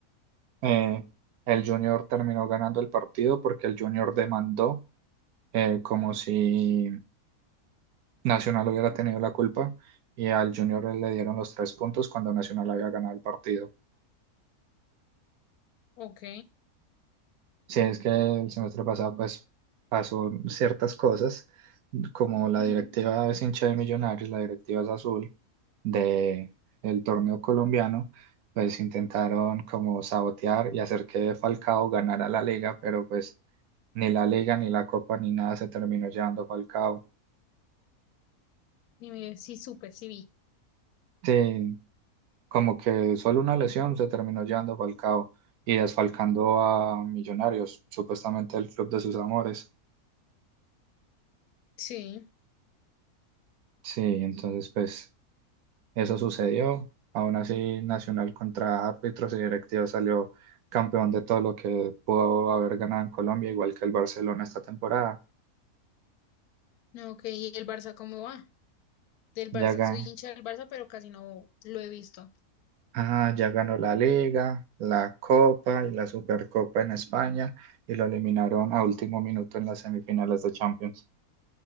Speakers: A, on the right; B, on the left.
A: eh, el Junior terminó ganando el partido porque el Junior demandó eh, como si Nacional hubiera tenido la culpa y al Junior le dieron los tres puntos cuando Nacional había ganado el partido.
B: ok.
A: Sí, es que el semestre pasado pues pasó ciertas cosas, como la
B: Ujú.
A: directiva es hincha de Millonarios, la directiva es azul de el torneo colombiano, pues intentaron como sabotear y hacer que Falcao ganara la liga, pero pues ni la liga ni la copa ni nada se terminó llevando Falcao.
B: Dime, sí supe, sí vi.
A: Sí, como que solo una lesión se terminó llevando Falcao y desfalcando a Millonarios, supuestamente el club de sus amores.
B: Sí.
A: Sí, entonces pues Eso sucedió. Aún así, Nacional contra árbitros y directivos salió campeón de todo lo que pudo haber ganado en Colombia, igual que el Barcelona esta temporada.
B: No, ok, ¿y el Barça cómo va? Del
A: Ya,
B: Barça,
A: ga-
B: soy hincha del Barça, pero casi no lo he visto.
A: ah, ya ganó la Liga, la Copa y la Supercopa en España y lo eliminaron a último minuto en las semifinales de Champions.